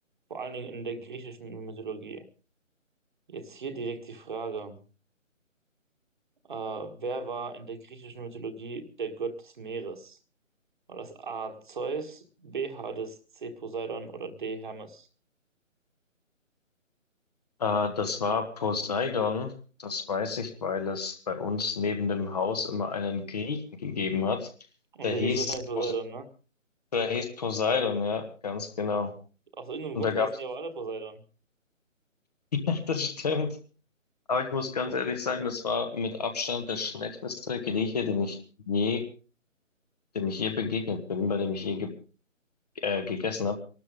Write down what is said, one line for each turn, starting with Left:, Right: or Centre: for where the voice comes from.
Right: vor allen Dingen in der griechischen Mythologie. Jetzt hier direkt die Frage. Äh, wer war in der griechischen Mythologie der Gott des Meeres? War das A. Zeus, B. Hades, C. Poseidon oder D. Hermes?
Left: Äh, das war Poseidon. Das weiß ich, weil es bei uns neben dem Haus immer einen Griechen gegeben hat.
Right: Und
Left: Der
Right: der
Left: hieß,
Right: hieß wahrscheinlich Poseidon,
Left: Pos-
Right: ne?
Left: der hieß Poseidon, ja, ganz genau.
Right: Aus irgendeinem
Left: Und
Right: Grund
Left: da gab's,
Right: heißen die aber alle Poseidon.
Left: <laughs> ja, das stimmt. Aber ich muss ganz ehrlich sagen, das war mit Abstand der schlechteste Grieche, dem ich je, dem ich je begegnet bin, bei dem ich je ge äh, gegessen habe.